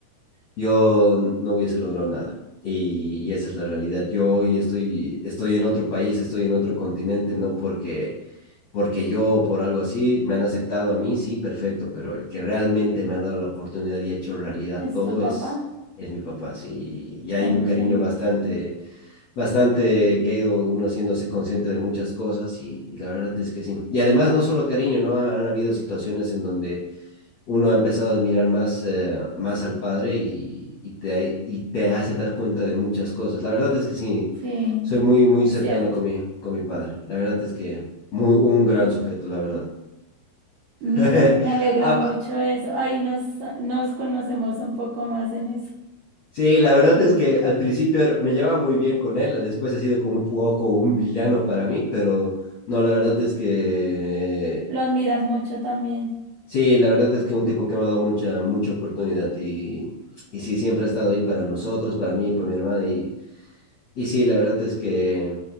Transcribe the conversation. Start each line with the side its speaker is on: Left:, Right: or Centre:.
Left: yo no hubiese logrado nada. Y, y esa es la realidad. Yo hoy estoy, estoy en otro país, estoy en otro continente, no porque, porque yo o por algo así me han aceptado a mí, sí, perfecto, pero el que realmente me ha dado la oportunidad y ha hecho realidad
Right: ¿Es
Left: todo
Right: tu papá?
Left: es, es mi papá, sí. Y hay
Right: Ok.
Left: un cariño bastante, bastante que ha ido uno haciéndose consciente de muchas cosas y, y la verdad es que sí. Y además, no solo cariño, ¿no? Han, han habido situaciones en donde uno ha empezado a admirar más, eh, más al padre y, y te, y te hace dar cuenta de muchas cosas. La verdad es que sí,
Right: Sí,
Left: soy muy, muy
Right: es
Left: cercano
Right: cierto.
Left: con mi, con mi padre. La verdad es que muy, un gran sujeto, la verdad.
Right: Mira,
Left: <laughs>
Right: me alegra
Left: Ah,
Right: mucho eso. Ahí nos, nos conocemos un poco más en eso.
Left: Sí, la verdad es que al principio era- me llevaba muy bien con él, después ha sido como un poco un villano para mí, pero no, la verdad es que
Right: Lo admiras mucho también.
Left: sí, la verdad es que un tipo que me ha dado mucha, mucha oportunidad y, y sí, siempre ha estado ahí para nosotros, para mí, para mi hermana y, Y sí, la verdad es que